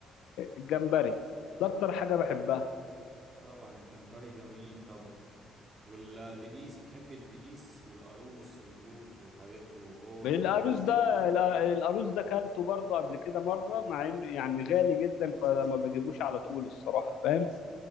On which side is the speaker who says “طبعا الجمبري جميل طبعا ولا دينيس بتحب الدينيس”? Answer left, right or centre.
Right